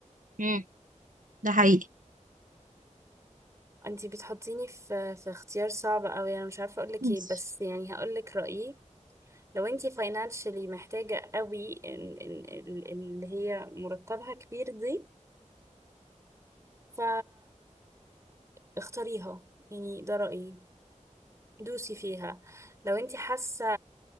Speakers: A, on the right; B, on the right.
A: مم. ده حقيقي
B: انتي بتحطيني في في اختيار صعب قوي انا مش عارفه اقول لك
A: بص-
B: ايه بس يعني هقول لك رايي لو انتي فاينانشلي محتاجه قوي إن إن ال- اللي هي مرتبها كبير دي ف اختاريها يعني ده رايي دوسي فيها لو انتي حاسه